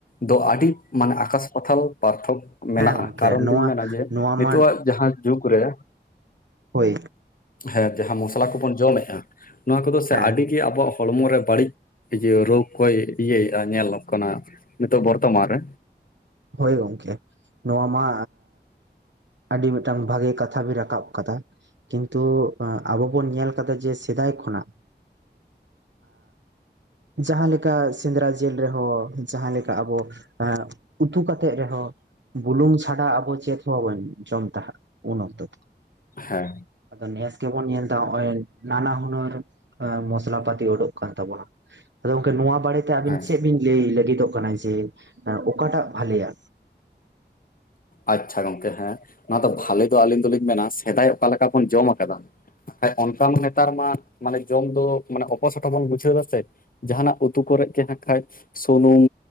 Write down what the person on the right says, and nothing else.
ᱦᱮᱸ ᱜᱚᱝᱠᱮ
ᱱᱚᱣᱟ
ᱱᱚᱣᱟ
ᱢᱟ
ᱦᱳᱭ
ᱦᱮᱸ
ᱦᱳᱭ ᱜᱚᱢᱠᱮ ᱱᱚᱣᱟ ᱢᱟ ᱟᱹᱰᱤ ᱢᱤᱫᱴᱟᱝ ᱵᱷᱟᱜᱮ ᱠᱟᱛᱷᱟ ᱵᱤᱱ ᱨᱟᱠᱟᱵ ᱟᱠᱟᱫᱟ᱾ ᱠᱤᱱᱛᱩ ᱟᱵᱚ ᱵᱚᱱ ᱧᱮᱞ ᱠᱟᱫᱟ ᱡᱮ ᱥᱮᱫᱟᱭ ᱠᱷᱚᱱᱟᱜ ᱡᱟᱦᱟᱸ ᱞᱮᱠᱟ ᱥᱮᱸᱫᱽᱨᱟ ᱡᱤᱞ ᱨᱮᱦᱚᱸ ᱡᱟᱦᱟᱸ ᱞᱮᱠᱟ ᱟᱵᱚ ᱩᱛᱩ ᱠᱟᱛᱮᱫ ᱨᱮᱦᱚᱸ ᱵᱩᱞᱩᱝ ᱪᱷᱟᱰᱟ ᱟᱵᱚ ᱪᱮᱫ ᱦᱚᱸ ᱵᱟᱱᱩᱜ ᱡᱚᱢ ᱛᱟᱦᱮᱫ ᱩᱱ ᱚᱠᱛᱚ ᱫᱚ
ᱟᱫᱚ ᱱᱮᱥ ᱜᱮᱵᱚᱱ ᱧᱮᱞ ᱱᱟᱱᱟ ᱦᱩᱱᱟᱹᱨ ᱢᱚᱥᱞᱟ ᱯᱟᱹᱛᱤ ᱩᱰᱩᱠ ᱠᱟᱱ ᱛᱟᱵᱚᱱᱟ ᱟᱫᱚ ᱜᱚᱝᱠᱮ ᱱᱚᱣᱟ ᱵᱟᱨᱮᱛᱮ ᱛᱮ ᱟᱵᱤᱱ
ᱪᱮᱫ ᱵᱤᱱ ᱞᱟᱹᱭ ᱞᱟᱹᱜᱤᱫᱚᱜ ᱠᱟᱱᱟ ᱡᱮ ᱚᱠᱟᱴᱟᱜ ᱵᱷᱟᱞᱮᱭᱟ